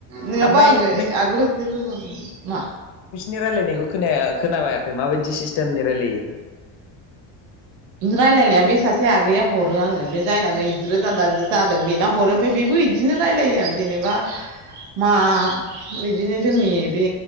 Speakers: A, on the right; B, on the left.
A: नङाबा
B: ओमफ्राय
A: आङो
B: नों
A: आगोलाव जेबो माबायामोन, मा
B: नि रायलायनायखौ खोना-खोनाबायाखै माबायदि सिस्टेमनि रायलायो?
A: रायलायनाया बे सासे आगैया हरो आङो बे जायनानै जिरोजा दा जादों बेनो हरो। ओमफ्राय बेबो बिदिनो रायलायो आरो जेनेबा मा बिदिनो जोंनि बे